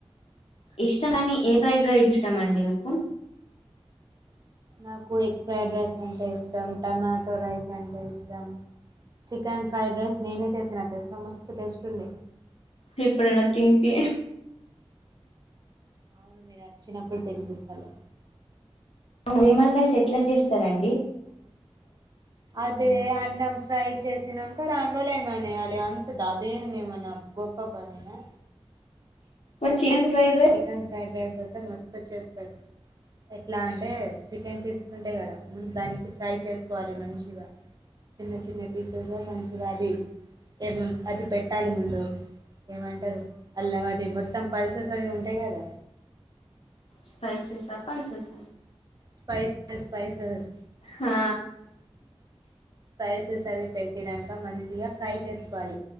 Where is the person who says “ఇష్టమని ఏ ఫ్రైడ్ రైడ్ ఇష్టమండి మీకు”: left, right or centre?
Left